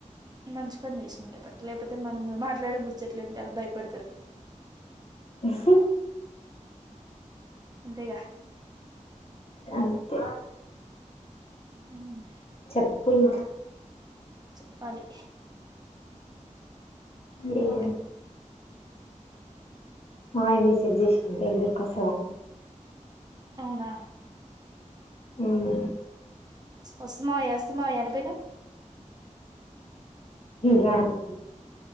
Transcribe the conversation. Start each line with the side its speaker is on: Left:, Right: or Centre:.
Right: మంచి పని చేసినం లేట్టి లేకపోతే మన మాట్లాడ ముచ్చట్లంటే అలా భయపడతారు
Left: ఇగ
Right: అంతేగా
Left: అంతే
Right: ఉమ్.
Left: చెప్పు పో ఇంకా
Right: చెప్పాలి
Left: ఏం
Right: నువ్వే
Left: హాయ్ మసాజ్ చేసింది బెంగుళూరు కి వాస్తవ <inaudible>
Right: అవునా
Left: ఉమ్
Right: వస్తమయ వస్తమయ అని పోయినవు
Left: రాను